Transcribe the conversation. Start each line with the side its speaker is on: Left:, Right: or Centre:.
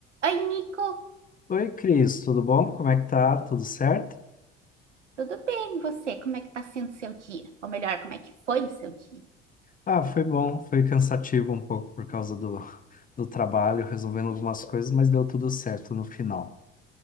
Right: Oi, Nico,
Left: Oi, Cris, tudo bom? Como é que tá? Tudo certo?
Right: tudo bem? E você? Como é que tá sendo seu dia? Ou melhor, como é que foi o seu dia?
Left: Ah, foi bom, foi cansativo um pouco por causa do, do trabalho, resolvendo algumas coisas, mas deu tudo certo no final.